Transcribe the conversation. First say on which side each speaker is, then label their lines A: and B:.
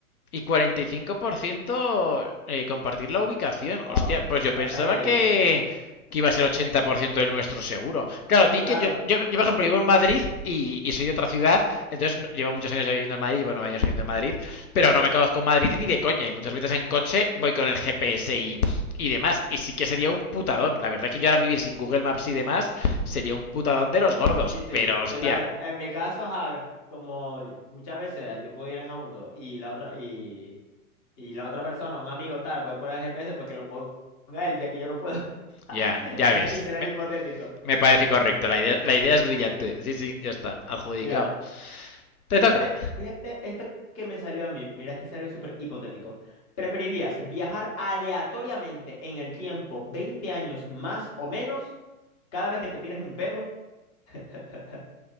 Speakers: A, on the left (about 80°); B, on the left (about 25°).
A: Y 45% eh, compartir la ubicación.
B: Wow,
A: Hostia, pues yo
B: está
A: pensaba
B: ahí ahí.
A: que, que iba a ser 80% del nuestro seguro. Claro, di
B: Claro,
A: que yo, yo, yo, por ejemplo, vivo en Madrid y, y soy de otra ciudad, entonces no- llevo muchos años ya viviendo en Madrid, llevo nueve años viviendo en Madrid, pero no me conozco Madrid ni de coña y muchas veces en coche voy con el GPS y, y demás. Y sí que sería un putadón. La verdad que yo ahora vivir sin Google Maps y demás sería un putadón de los gordos,
B: sí, sí,
A: pero hostia,
B: yo también. En mi caso, ajá, como muchas veces yo puedo ir en auto y la otra y, y la otra persona, un amigo tal, puede poner el GPS porque lo ponga él, ya que yo no puedo. <laughs>
A: ya, ya
B: En
A: ves.
B: ese escenario
A: Me-
B: hipotético.
A: Me parece correcto, la idea, la idea es brillante. Sí, sí, ya está, adjudicado.
B: Mira,
A: Te
B: fíjate,
A: toca.
B: fíjate esto que me salió a mí. Mira este escenario súper hipotético. ¿Preferirías viajar aleatoriamente en el tiempo 20 años más o menos cada vez que te tires un pedo? <laughs>